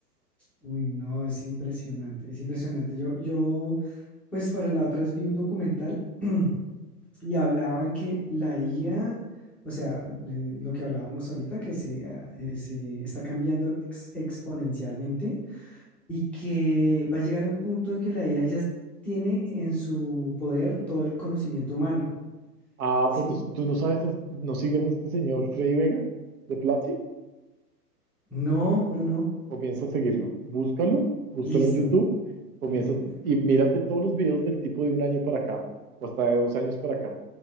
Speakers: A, in the centre; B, on the right.
A: Uy, no, es impresionante, es impresionante. Yo, yo, pues para la otra vez vi un documental <clears throat> y hablaban que la IA, o sea, eh, lo que hablábamos ahorita, que se, ah, eh, se está cambiando ex- exponencialmente y que va a llegar un punto en que la IA ya tiene en su poder todo el conocimiento humano,
B: Ah,
A: ¿sí?
B: pues no- tú no sabes, es- no sigues a este señor Freddy Vega de Platzi,
A: No, no, no.
B: comienza a seguirlo, búscalo, búscalo
A: Listo,
B: en YouTube, comienza
A: Fre-
B: a- y mírate todos los videos del tipo de un año para acá o hasta de dos años para acá.